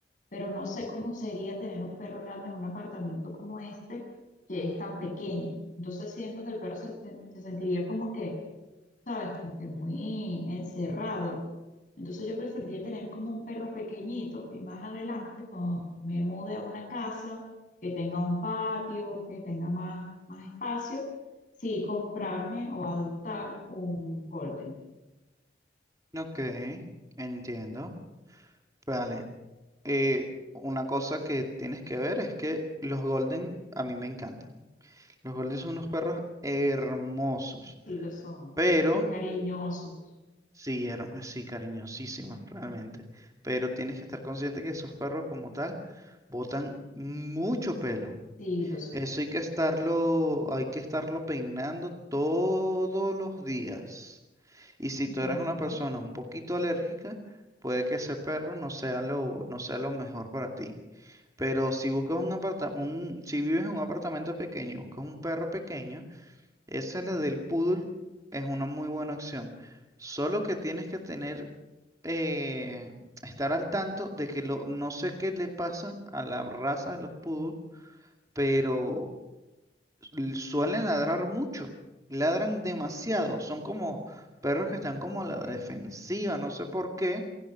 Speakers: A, on the left (about 45°); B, on the right (about 20°).
A: pero no sé cómo sería tener un perro grande en un apartamento como este, que es tan pequeño. Entonces siento que el perro se, se sentiría como que ¿sabes? Como que muy encerrado. Entonces yo preferiría tener como un perro pequeñito y más adelante, cuando me mude a una casa que tenga un patio, que tenga más, más espacio, sí comprarme o adoptar un golden.
B: ok, entiendo. Vale, eh, una cosa que tienes que ver es que los Golden a mí me encantan. Los Golden son unos perros hermosos,
A: Sí lo son.
B: pero
A: Y cariñosos.
B: Sí, herm- sí, cariñosísimas, realmente. Pero tienes que estar consciente que esos perros como tal botan mucho pelo.
A: Sí lo sé.
B: Eso hay que estarlo, hay que estarlo peinando todos los días. Y si
A: Ujú.
B: tú eres una persona un poquito alérgica, puede que ese perro no sea lo, no sea lo mejor para ti. Pero si buscas un aparta- un, si vives en un apartamento pequeño y buscas un perro pequeño, esa la del poodle es una muy buena opción. Solo que tienes que tener eh, estar al tanto de que lo, no sé qué le pasa a la raza de los poodles, pero l- suelen ladrar mucho, ladran demasiado, son como perros que están como
A: Ok.
B: a la defensiva, no sé por qué.